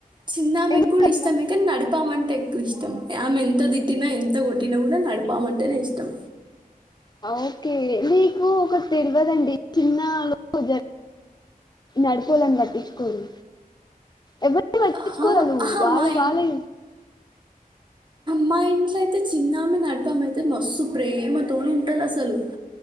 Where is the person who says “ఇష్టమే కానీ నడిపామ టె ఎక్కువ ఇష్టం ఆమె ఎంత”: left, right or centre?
Right